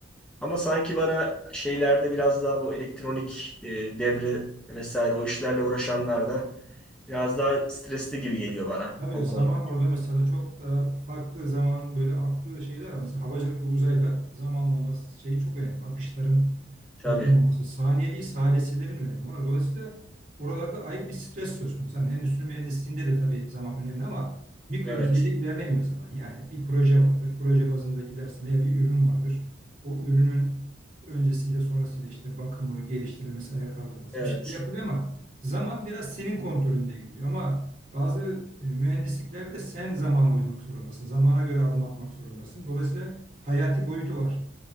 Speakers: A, in the centre; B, on the right (about 45°).
A: Ama sanki bana şeylerde biraz daha bu elektronik e, devre vesaire o işlerle uğraşanlar da biraz daha stresli gibi geliyor bana
B: Tabii
A: o
B: zaman
A: konu.
B: orada mesela çok daha farklı zamanın böyle aktığı şeyler var. Mesela havacılık ve uzayda zamanlama şeyi çok önemli. Akışların
A: Tabii.
B: uygun olması. Saniye değil salisilerin önemi var. Dolayısıyla oralarda ayrı bir stres söz konusu. Hani endüstri mühendisliğinde de tabii zaman önemli ama mikro
A: Evet.
B: düzeyde ilerlemiyor zaman. Yani bir proje vardır. Proje bazında gidersin veya bir ürün vardır. O ürünün öncesiyle sonrasıyla işte bakımı, geliştirilmesi, ayağa kaldırılması
A: Evet.
B: bir şeyler yapılıyor ama zaman biraz senin kontrolünde gidiyor. Ama bazı e, mühendisliklerde sen zamana uymak zorundasın. Zamana göre adım atmak zorundasın. Dolayısıyla hayati boyutu var.